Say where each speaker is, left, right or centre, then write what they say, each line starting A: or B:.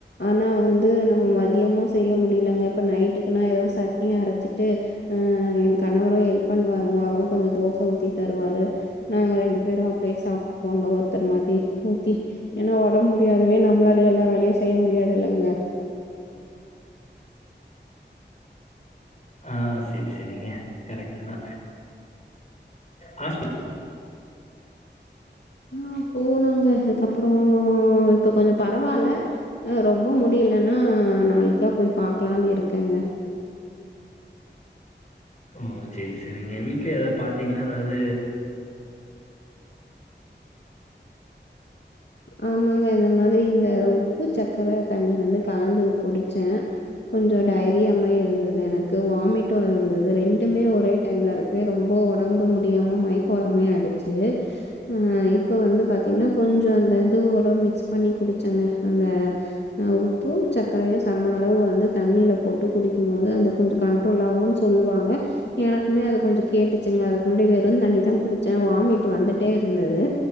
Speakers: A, on the left; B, on the left.
A: ஆனா வந்து நம்ம மதியமு செய்ய முடியலங்க இப்ப நைட்டுக்குன்னா எதோ சட்னி அரச்சிட்டு அஹ் என் கணவரு ஹெல்ப் பண்ணுவாருங்க அவரு கொஞ்சோ தோச ஊத்தி தருவாரு நாங்க ரெண்டு பேரு அப்படியே சாப்பிட்டு போங்க ஒருத்தர் மாரி ஊத்தி ஏனா ஒடம்பு முடியாதவே நம்மளாலே எல்லா வேலையு செய்ய முடியாது இல்லங்க
B: ஆஹ் சரி சரிங்க கரெக்ட்தா ஆ
A: ஆஹ் போனோங்க அதுக்கப்புறோ இப்ப கொஞ்சோ பரவால்ல ரொம்ப முடியலனா நாளைக்கா போய் பாக்கலானு இருக்கேங்க
B: ஓ செரி செரிங்க வீட்ல எதாவது பாத்தீங்கன்னா எதாவது
A: ஆமாங்க இந்த மாதிரி இந்த உப்புச்சக்கர தண்ணி வந்து கலந்து குடிச்ச கொஞ்சோ டையரியாமாரி இருந்தது எனக்கு வாமிட் இருந்தது ரெண்டுமே ஒரே டைம்ல இருக்கு ரொம்ப ஒடம்பு முடியாம மயக்கோ வர்ரமாரி ஆயிடுச்சு உம் இப்ப வந்து பாத்தீங்கன்னா கொஞ்சோ அந்த எதாது ஓட மிக்ஸ் பண்ணி குடிச்சங்க அந்த உப்பு சக்ரையு சம அளவு வந்து தண்ணியில போட்டு குடிக்கும்போது அந்த கொஞ்சோ கண்ட்ரோல் ஆகுன்னு சொல்லுவாங்க எனக்குமே அத கொஞ்சோ கேட்டுச்சுங்க அதுக்கு முன்னாடி வெறுந்தண்ணிதா குடிச்ச வாமிட் வந்துட்டே இருந்தது